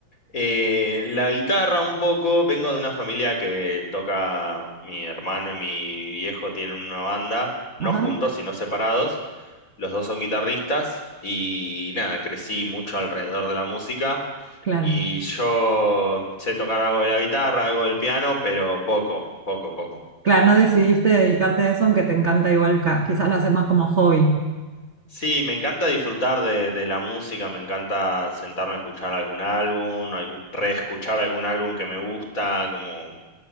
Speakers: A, on the left; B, on the right.
A: Eh, la guitarra un poco, vengo de una familia que toca, mi hermano y mi viejo tienen una banda,
B: Ajá,
A: no juntos, sino separados, los dos son guitarristas y nada, crecí mucho alrededor de la música.
B: claro.
A: Y yo sé tocar algo de la guitarra, algo del piano, pero poco, poco, poco.
B: Claro, no decidiste dedicarte a eso, aunque te encanta igual, ca- quizás lo haces más como hobby.
A: Sí, me encanta disfrutar de, de la música, me encanta sentarme a escuchar algún álbum, algún- reescuchar algún álbum que me gusta, como...